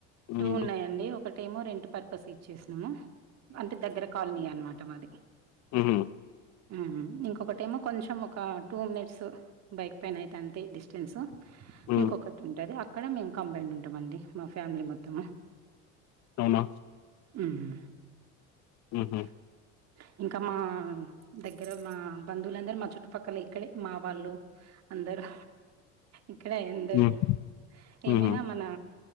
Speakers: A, on the right; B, on the left.
A: టూ
B: ఉమ్
A: ఉన్నాయండి ఒకటేమో రెంట్ పర్పస్ ఇచ్చేశినము అంటే దగ్గర. కాల్ నీ అన్మాట మాది
B: ఊహు
A: ఊహు ఇంకొకటేమో కొంచెం ఒకా టూ మినిట్సు. బైక్ పైన అయితే అంతే డిస్టెన్సు.
B: ఉమ్
A: ఇంకొకటి ఉంటది అక్కడా మేము కంబైండ్ ఉంటమండి మా ఫ్యామిలీ మొత్తము.
B: అవునా
A: హ్ము
B: ఊహు
A: <unintelligible> ఇంకా మా దగ్గర మా బంధువులందరు మా చుట్టుపక్కలె ఇక్కడే మా వాళ్ళు. అందరు ఇక్కడే ఎందరు
B: ఉమ్
A: ఏమైనా
B: ఉహు
A: మనా.